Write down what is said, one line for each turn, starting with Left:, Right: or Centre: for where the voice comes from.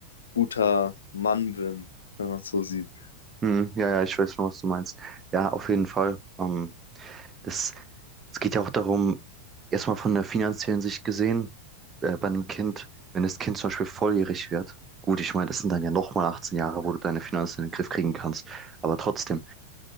Left: guter Mann bin, wenn man es so sieht.
Right: Hm, ja, ja, ich weiß schon, was du meinst. Ja, auf jeden Fall. Ähm, Das, es geht ja auch darum, erstmal von der finanziellen Sicht gesehen, äh, bei einem Kind, wenn das Kind zum Beispiel volljährig wird, gut, ich meine, das sind dann ja nochmal 18 Jahre, wo du deine Finanzen in den Griff kriegen kannst, aber trotzdem,